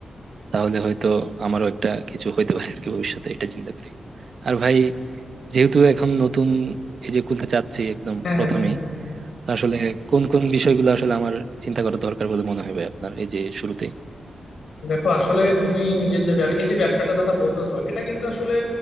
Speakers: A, on the right; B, on the left.
A: তাহলে হয়তো আমারও একটা কিছু হইতে পারে আর কি ভবিষ্যতে এটা চিন্তা করি আর ভাই যেহেতু এখন নতুন এই যে খুলতে চাচ্ছি একদম
B: হ্যাঁ হ্যাঁ
A: প্রথমেই
B: হ্যাঁ।
A: তো আসলে কোন কোন বিষয়গুলো আসলে আমার চিন্তা করা দরকার বলে মনে হয় ভাই আপনার এই যে শুরুতেই
B: দেখো আসলে তুমি নিজের যে ব্যব- এই যে ব্যবসাটার কথা বলতেছো এটা কিন্তু আসলে